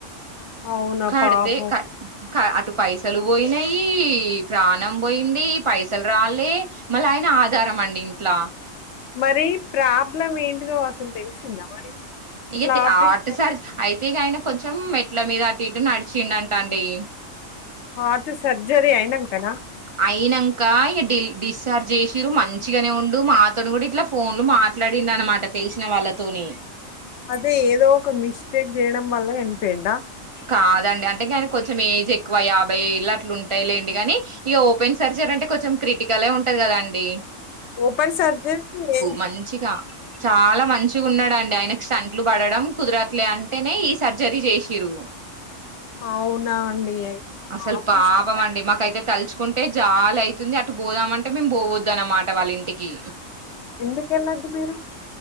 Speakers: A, on the left; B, on the right.
A: అవునా
B: కడతే
A: పాపం
B: అటు పైస అసలు పోయినాయి ప్రాణం పోయింది పైసలు రాలే మళ్ళీ ఆయన ఆధారం అండి ఇంట్లా
A: మరి ప్రాబ్లం ఏంటిదో అసలు తెలిసిందా మరి ఇట్లా
B: ఇక
A: ఆపరేషన్
B: అటుసారి
A: అయినా
B: అయితే ఇక ఆయన కొంచెం మెట్ల మీద అటు ఇటు <unintelligible> అండి
A: హార్ట్ సర్జరీ అయినంకన
B: అయినాంక ఇ డి డిశ్చార్జ్ చేసిరు మంచిగానే ఉండు మాతో కూడా ఇట్లా ఫోన్లు మాట్లాడిండడు అనమాట తెలిసిన వాళ్ళతోని
A: అదే ఏదో ఒక మిస్టేక్ చేయడం వల్ల చనిపోయిండ
B: కాదండి అంటే గాయనకి కొంచెం ఏజ్ ఎక్ యాభై ఏళ్ళు అట్లు ఉంటాయిలేండి కాని ఇక ఓపెన్ సర్జరీ అంటే కొంచెం క్రిటికలే ఉంటది కదా అండి
A: ఓపెన్ సర్జరి ఏ
B: మంచిగా చాలా మంచిగా ఉన్నాడండి ఆయనకి స్టంట్లు పడడం కుదరట్లే అంటేనే ఈ సర్జరీ చేసిరు
A: అవునా అండి అయ్యో
B: అసలు
A: ఆపరేషన్
B: పాపం
A: పట్టుకు
B: అండి మాకైతే తలుచుకుంటే చాలా అయితుంది అటు పోదామంటే మేము పోవద్దానమాట వాళ్ళ ఇంటికి
A: ఎందుకు వెళ్ళొద్దు మీరు